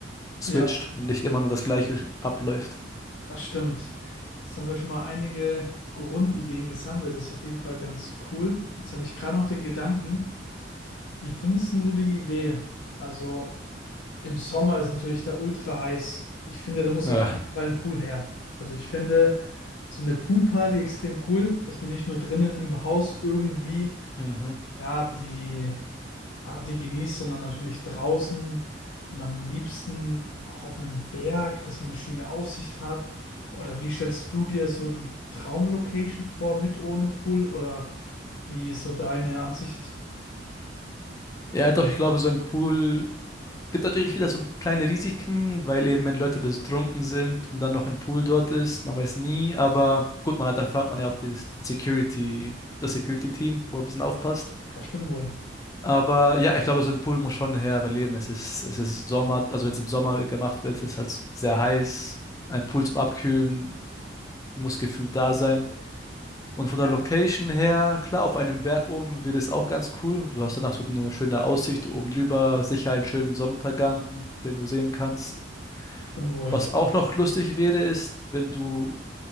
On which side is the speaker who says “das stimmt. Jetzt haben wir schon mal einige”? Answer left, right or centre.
Left